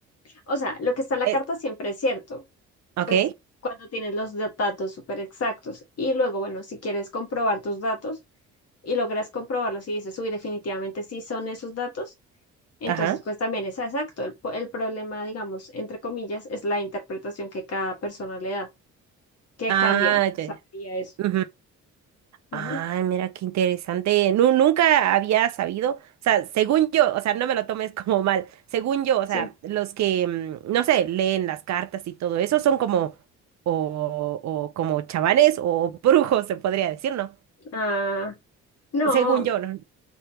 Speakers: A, on the left; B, on the right.
A: O sea, lo que está en la
B: Eh,
A: carta siempre es cierto
B: ok,
A: pues cuando tienes los da- datos súper exactos. Y luego, bueno, si quieres comprobar tus datos y logras comprobarlos y dices, uy, definitivamente sí son esos datos, entonces
B: ajá.
A: pues también es exacto. El, po- el problema, digamos, entre comillas, es la interpretación que cada persona le da, que
B: Ah,
A: cambia, sabría
B: ya, ya.
A: eso.
B: ujú.
A: Ajá,
B: Ay, mira qué interesante. Nu- nunca había sabido, o sea, según yo, o sea, no me lo tomes como mal. Según yo, o
A: sí.
B: sea, los que, mm, no sé, leen las cartas y todo eso son como, o, o como chamanes o <laughs> brujos, se podría decir, ¿no?
A: Ah, no.
B: Según yo, ¿no?